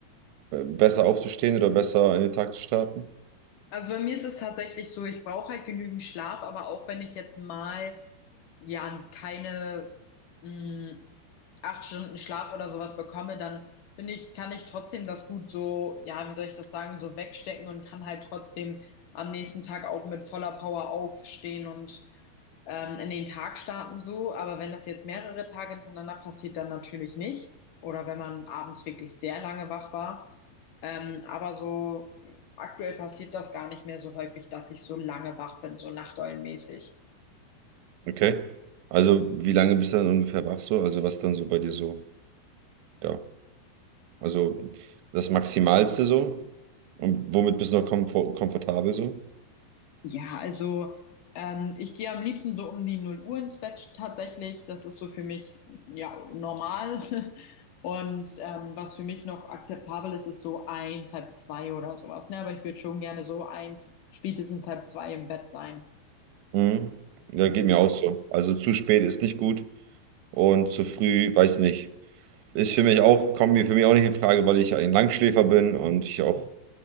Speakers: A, on the right (about 85°); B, on the left (about 70°).
A: äh, besser aufzustehen oder besser in den Tag zu starten?
B: Also bei mir ist es tatsächlich so, ich brauche halt genügend Schlaf, aber auch wenn ich jetzt mal ja keine mh, acht Stunden Schlaf oder sowas bekomme, dann bin ich, kann ich trotzdem das gut so, ja, wie soll ich das sagen, so wegstecken und kann halt trotzdem am nächsten Tag auch mit voller Power aufstehen und ähm, in den Tag starten so. Aber wenn das jetzt mehrere Tage hintereinander passiert, dann natürlich nicht. Oder wenn man abends wirklich sehr lange wach war. Ähm, aber so aktuell passiert das gar nicht mehr so häufig, dass ich so lange wach bin, so nachteulenmäßig.
A: Okay. Also, wie lange bist du dann ungefähr wach so? Also, was dann so bei dir so? Ja, also das Maximalste so? Und womit bist du noch komfo- komfortabel so?
B: Ja, also ähm, ich gehe am liebsten so um die null Uhr ins Bett tatsächlich. Das ist so für mich ja normal. <laughs> Und ähm, was für mich noch akzeptabel ist, ist so eins, halb zwei oder sowas. Ne? Aber ich würde schon gerne so eins, spätestens halb zwei im Bett sein.
A: Mhm. Ja,
B: Ja.
A: geht mir auch so. Also, zu spät ist nicht gut und zu früh, weiß nicht. Ist für mich auch, kommt mir für mich auch nicht in Frage, weil ich ein Langschläfer bin und ich auch